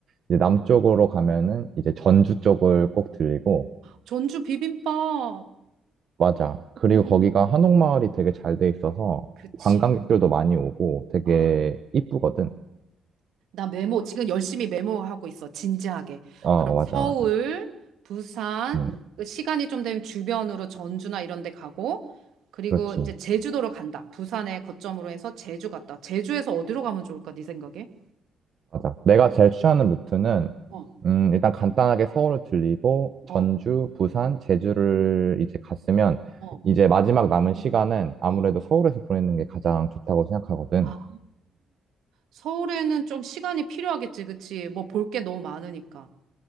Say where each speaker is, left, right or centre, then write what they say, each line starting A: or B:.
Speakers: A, on the right (about 55°); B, on the right (about 80°).
A: 이제 남쪽으로 가면은 이제 전주 쪽을 꼭 들리고,
B: 전주 비빔밥.
A: 맞아. 그리고
B: 음,
A: 거기가 한옥마을이 되게 잘 돼 있어서,
B: 그치.
A: 관광객들도 많이 오고 되게
B: 아.
A: 이쁘거든.
B: 나 메모 지금 열심히 메모하고 있어. 진지하게.
A: 어,
B: 그럼
A: 맞아,
B: 서울,
A: 맞아.
B: 부산,
A: 음,
B: 그 시간이 좀 되면 주변으로 전주나 이런 데 가고 그리고
A: 그렇지.
B: 이제 제주도로 간다. 부산에 거점으로 해서 제주 갔다. 제주에서 어디로 가면 좋을까? 네 생각에?
A: 맞아. 내가 제일 추천하는 루트는,
B: 어,
A: 음, 일단 간단하게 서울을 들리고,
B: 어,
A: 전주, 부산, 제주를 이제 갔으면,
B: 어,
A: 이제 마지막 남은 시간은 아무래도
B: 어.
A: 서울에서 보내는 게 가장 좋다고 생각하거든.
B: 아, 서울에는 좀 시간이 필요하겠지, 그치? 뭐 볼 게 너무 많으니까.